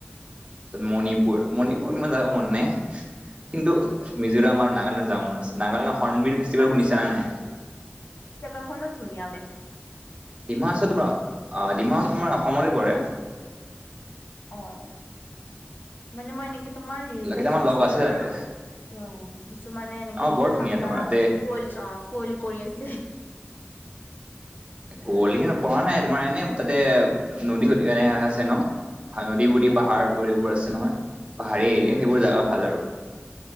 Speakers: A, on the right; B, on the left.
A: তাৰছত মণিপুৰ। মণিপুৰ ইমান যাব মন নে। কিন্তু মিজোৰাম আৰু নাগালেণ্ড
B: হা
A: যাৱ মন আছে। নাগালেণ্ডৰ হৰ্নবিলৰ
B: এই
A: ফেষ্টিভেল
B: ডিমা হাচাও
A: শুনিছা নে নাই?
B: জেগাখনো ধুনীয়া বোলে
A: ডিমা হাচ- তোমাৰ- অ'- ডিমা হাচা তোমাৰ অসমতে পৰে।
B: অ'। মানে মই এনেকে তোমাৰ ৰিলছত
A: কেইটামান
B: চাইছিলোঁ
A: লগ আছে
B: আৰু।
A: তাতে
B: অ' কিছুমানে এনেকে
A: অ
B: বহুত
A: বৰ ধুনীয়া
B: ঠাণ্ডা,
A: তোমাৰ তাতে
B: কুঁৱলী অ' কুঁৱলী কৰি আছে।
A: এ কুঁৱলী হে পৰা নাই তোমাৰ, এনে তাতে নদী-সদি এনে আছে ন' ভা- নদী-বুদী
B: অ
A: পাহাৰবোৰ
B: অ
A: এইবোৰ আছে নহয়, পাহাৰী এৰিয়া,
B: উম
A: সেইবোৰ জাগা ভাল আৰু।